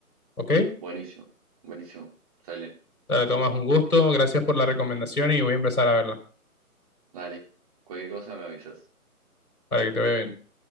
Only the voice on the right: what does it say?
Buenísimo, buenísimo. Sale,
dale. Cualquier cosa me avisas.